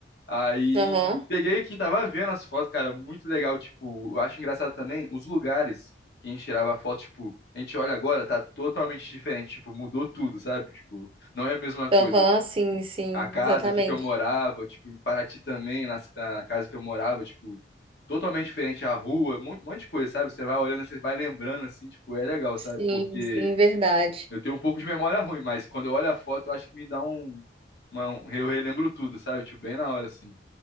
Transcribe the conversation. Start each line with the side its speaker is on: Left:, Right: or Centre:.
Left: Aí
Right: Aham,
Left: peguei aqui, tava vendo as fotos, cara, muito legal. Tipo, eu acho engraçado também os lugares que a gente tirava foto, tipo, a gente olha agora, tá totalmente diferente, tipo, mudou tudo, sabe? Tipo, não é a mesma coisa
Right: aham, sim, sim,
Left: a casa
Right: exatamente.
Left: aqui que eu morava, tipo, em Paraty também, nas- na, casa que eu morava, tipo, totalmente diferente a rua, um mon- um monte de coisa, sabe? Você vai olhando, você vai lembrando, assim, tipo, é legal, sabe?
Right: Sim,
Left: Porque
Right: sim, verdade.
Left: eu tenho um pouco de memória ruim, mas quando eu olho a foto, eu acho que me dá um, uma- um- eu relembro tudo, sabe? Tipo, bem na hora, assim.